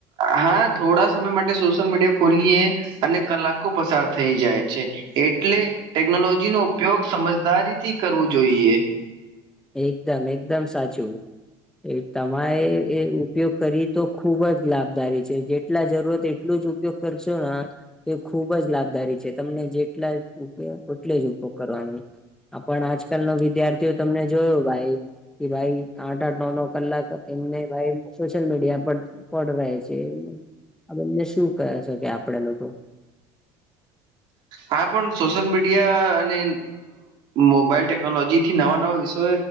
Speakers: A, on the right; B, in the centre.
A: હા થોડા સમય માટે સોશિયલ મીડિયા ખોલીએ અને કલાકો પસાર થઈ જાય છે એટલે ટેકનોલોજી નો ઉપયોગ સમજદારીથી કરવું જોઈએ.
B: એકદમ એકદમ સાચું. એ તમારે એ ઉપયોગ કરી તો ખુબ જ લાભદારી છે જેટલા જરૂરત એટલું ઉપયોગ કરસો ના તો ખુબ જ લાભદારી છે તમને જેટલા ઉપયો એટલે જ ઉપયોગ કરવાનું પણ આજકાલ ના વિદ્યાર્થીઓ તમને જોયોું ભાઈ કે ભાઈ આઠ આઠ નવ નવ કલાક એમને ભાઈ સોશિયલ મીડિયા પર પડ રહે છે. આ બંને શું કહે છે કે આપડે લોકો
A: હા પણ સોશિયલ મીડિયા અને મોબાઈલ ટેકનોલોજી થી નવા નવા વિષયો